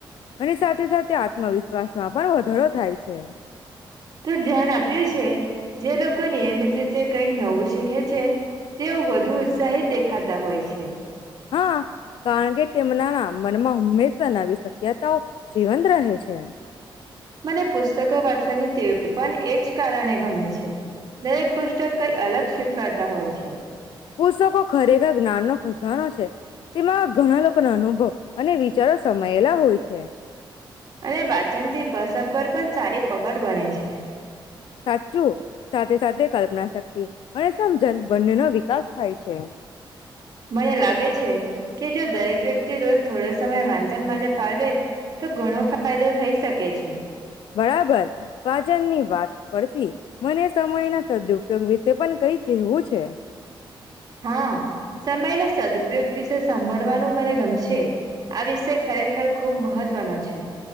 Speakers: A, on the left (about 70°); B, on the right (about 45°).
A: અને સાથે સાથે આત્મવિશ્વાસ માં પણ વધોરો થાય છે.
B: તો ધ્યાન આપ્યું છે, જે લોકો નિયમિત રીતે કંઈક નવું શીખે છે. તેઓ વધુ ઉત્સાહિત દેખાતા હોય છે.
A: હા કારણ કે તેમના મનમાં હંમેશા નવી શક્યતાઓ જીવંત રહે છે.
B: મને પુસ્તકો વાંચવાની તેવ પણ એ જ કારણે ગમે છે. દરેક પુસ્તક કંઈ અલગ શીખવાતા હોય છે.
A: પુસ્તકો ખરેખર જ્ઞાનનો ભંડારો છે, તેમાં ઘણા લોકોના અનુભવ અને વિચારો સમાયેલા હોય છે.
B: અને વાચનથી ભાશા પર પણ સારી પકડ બને છે.
A: સાચું સાથે સાથે કલ્પના શક્તિ અને સમજન બંનેનો વિકાસ થાય છે.
B: મને લાગે છે કે જો દરેક વ્યક્તિ તો થોડો સમય વાંચન માટે ફાળવે તો ઘણો ફાયદો થઈ શકે છે.
A: બરાબર વાચનની વાત પડથી મને સમયના સદુપયોગ વિશે પણ કઈ કહેવું છે.
B: હા, સમયના સદઉપયોગ વિશે સાંભળવાનો મને ગમશે, આ વિષય ખરેખર ખુબ મહત્વનો છે.